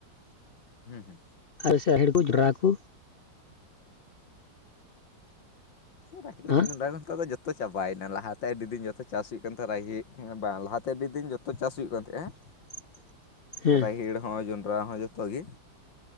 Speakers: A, on the left; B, on the left.
A: ᱦᱩᱸ ᱦᱩᱸ
B: ᱟᱞᱮ ᱥᱮᱫ ᱨᱟᱦᱮᱲ ᱠᱩ ᱡᱚᱸᱰᱨᱟ ᱠᱩ
A: ᱨᱟᱦᱮᱲ
B: ᱦᱟᱸ
A: ᱠᱚ ᱡᱚᱸᱰᱨᱟ ᱱᱮᱛᱟᱨ ᱫᱚ ᱡᱚᱛᱚ ᱡᱚᱛᱚ ᱪᱟᱵᱟᱭ ᱮᱱᱟ ᱞᱟᱦᱟ ᱛᱮ ᱟᱹᱰᱤ ᱫᱤᱱ ᱡᱚᱛᱚ ᱪᱟᱥ ᱦᱩᱭᱩᱜ ᱠᱟᱱ ᱛᱟᱦᱮᱸᱫ ᱨᱟᱦᱮᱲ ᱵᱟᱝ ᱞᱟᱦᱟᱛᱮ ᱟᱹᱰᱤ ᱫᱤᱱ ᱡᱚᱛᱚ ᱪᱟᱥ ᱦᱩᱭᱩᱜ ᱠᱟᱱ ᱛᱟᱦᱮᱸᱫ ᱦᱮᱸ
B: <unintelligible> ᱦᱮᱸ
A: ᱨᱟᱦᱮᱲ ᱦᱚᱸ ᱡᱚᱱᱰᱨᱟ ᱦᱚᱸ ᱡᱚᱛᱚ ᱜᱮ